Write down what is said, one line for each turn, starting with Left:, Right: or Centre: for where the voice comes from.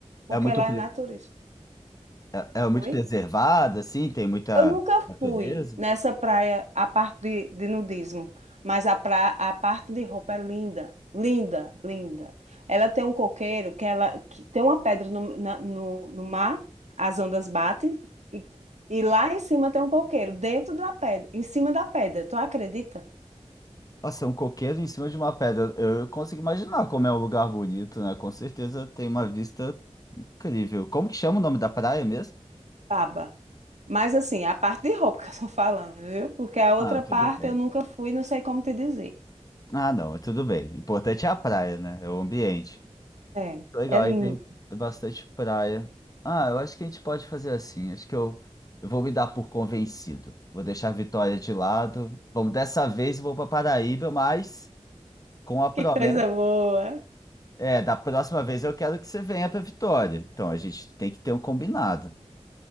Right: porque
Left: é muito,
Right: ela
Left: pre-
Right: é naturista.
Left: é, é muito
Right: Oi?
Left: preservada, assim, tem muita
Right: Eu nunca
Left: natureza.
Right: fui nessa praia, a parte de, de nudismo, mas a, pra, a parte de roupa é linda, linda, linda. Ela tem um coqueiro que ela que tem uma pedra no, na- no, no mar, as ondas batem, e, e lá em cima tem um coqueiro, dentro da pedra, em cima da pedra, tu acredita?
Left: Nossa, um coqueiro em cima de uma pedra. Eu consigo imaginar como é um lugar bonito, né? Com certeza tem uma vista incrível. Como que chama o nome da praia mesmo?
Right: Baba. Mas assim, a parte de roupa <laughs> que eu tô falando, viu? Porque a outra
Left: Ah,
Right: parte
Left: tudo bem.
Right: eu nunca fui, não sei como te dizer.
Left: Ah, não, é tudo bem. O importante é a praia, né? É o ambiente.
Right: É,
Left: Legal,
Right: é lindo.
Left: aí tem bastante praia. Ah, eu acho que a gente pode fazer assim. Acho que eu, eu vou me dar por convencido. Vou deixar a Vitória de lado. Vamos dessa vez, eu vou para Paraíba, mas com a promessa,
Right: Que coisa boa.
Left: é, da próxima vez eu quero que você venha para Vitória. Então a gente tem que ter um combinado,